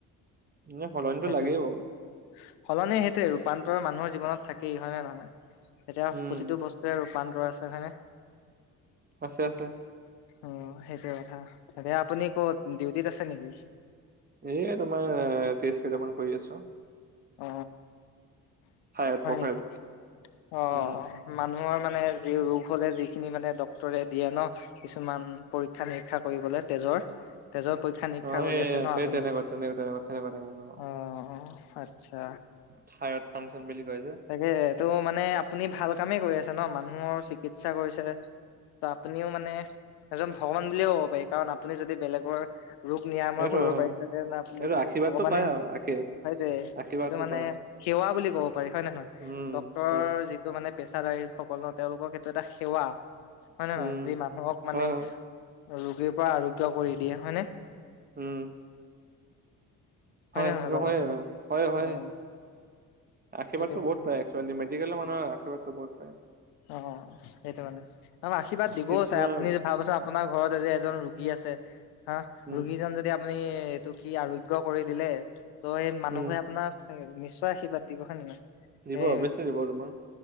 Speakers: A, on the right; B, on the left.
A: নে সলনিটো
B: সেইটোৱে
A: লাগেই বাৰু।
B: সলনি সেইটোৱে, ৰূপান্তৰ মানুহৰ জীৱনত থাকেই হয় নে নহয়? এতিয়া
A: উম,
B: প্ৰতিটো বস্তুৱে পান্দ আছে হয়নে
A: আছে আছে।
B: অ' সেইটোৱে কথা, আপুনি ক'ত ডিউটিত আছে নেকি!
A: এয়াই তোমাৰ তেষ্ট কেইটামান কৰি আছো।
B: অ
A: থাইৰড
B: হয়
A: প্ৰফাইল
B: নেকি অ
A: উম,
B: অ মানুহৰ মা ৰে যি ৰোগ হলে যিখিনি মানে ডক্তৰে দিয়ে ন কিছুমান পৰীক্ষা নিৰীক্ষা কৰিবলৈ তেজৰ ৰ তেজৰ পৰীক্ষা নিৰীক্ষা
A: অ',
B: কৰি আছে ন
A: সেই
B: আপুনি
A: তেনেকুৱা তেনেকুৱা তেনেকুৱা তেনেকুৱা তেনেকুৱা
B: অ' অ' তা
A: থাইৰড ফাংচন বুলি কয় যে
B: তাকে টো মানে আপুনি ভাল কামেই কৰি আ ন মানুহৰ চিকিৎসা কৰিছে ত' আপুনিও মানে এজন ভগৱান বুলিয়ে ক'ব পাৰি। কাৰণ আপুনি যদি বেলেগৰ ৰোগ নিৰাময়
A: সেইটো
B: কৰিব পাৰিছে তে আপুনিতটো
A: সেইটো আশীৰ্বাদটো
B: ভগৱানে
A: পায় আৰু আশীৰ্বাদ
B: সেইটোয়ে
A: আশীৰ্বাদটো
B: এইটো মানে
A: পায়
B: সেৱা বুলি ক'ব পাৰি হয় নে নহয়,
A: উম
B: ডক্তৰৰ
A: উম
B: যিটো মানে পেছাদাৰী সকলৰ, তেওঁলোকক এইটো এটা সেৱা। হয় নে
A: উম,
B: নহয় যি মানুহক মানে
A: হয় হয়
B: ৰোগীৰ পৰা আৰোগ্য কৰি দিয়ে হয় নে
A: উম হয়
B: নে নহয়
A: ৰ
B: বাৰু
A: হয়,
B: কথাটো?
A: হয়
B: অ'
A: আশীৰ্বাদতটো
B: সেইটো কথা
A: বহুত পায় একেল মেডিকেলৰ মানুহৰ আৰ্শীৰ্বাদটো বহুত পায়
B: অ সেইটো মানে আৰু আশীৰ্বাদ দিবও
A: কৃষ্ণই
B: চাই আপুনি যে ভাবচোন আপোনাৰ ঘৰত এ যে এজন ৰোগী আছে হা
A: উম
B: ৰোগীজন যদি আপুনি এইটো কি আৰোগ্য কৰি দিলে ত সেই মানুহ
A: উম
B: নিশ্চয় আশীৰ্বাদিব হয় নে নহয়।
A: দিব
B: এই
A: অভিয়াচলি দিব তোমাক